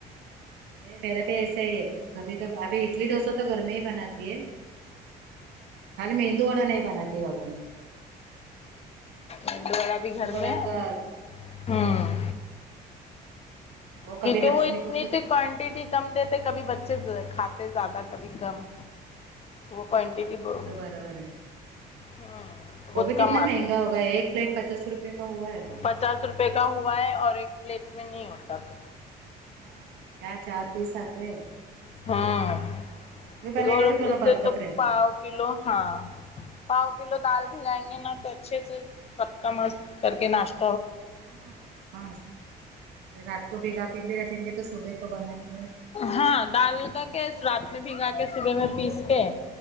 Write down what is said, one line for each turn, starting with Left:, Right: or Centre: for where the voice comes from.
Right: نہیں میرا بھی ایسا ہی ہے کبھی کبھی ابھی اڈلی ڈوسا تو گھر میں ہی بناتی ہے خالی مندو واڈا نہیں بناتی بابا میں
Left: میندو وڑا بھی
Right: مندو
Left: گھر
Right: وڈ
Left: میں
Right: کا
Left: ہوں
Right: وہ کبھی
Left: کیکے
Right: لکشمی
Left: وه اتنی
Right: کو خود
Left: تو کوانٹیٹی کم دیتے کبھی بچے کھاتے زیادہ کبھی کم وہ
Right: ہاں
Left: کوانٹیٹی
Right: ہاں
Left: بت
Right: وہ تو برابر ہے
Left: ہ بہت
Right: بھی کتنا
Left: کم آتی
Right: مہنگا وہ ایک پلیٹ پچاس روپئے کا ہوا ہے ابھی
Left: پچاس روپے کا ہوا ہے اور ایک پلیٹ میں نہیں ہوتا پ
Right: ہاں کیا چار پیس آتے
Left: ہاں
Right: گھر میں بنائے
Left: پھر اور
Right: گا تو تھوڑا
Left: اسے
Right: برکت
Left: تو
Right: رہتا
Left: پاؤ
Right: ہے
Left: کلو ہاں پاؤ کلو دال بھیگائیں گے نا تو اچھے سے سبکا مست کر کے ناشتا
Right: ہاں مست اگر رات کو بگا پ بھی رکھیں گے تو صبح کو بنائیں گے
Left: ہاں ڈال کر کے رات میں بھیگا کے صبح میں پیس کے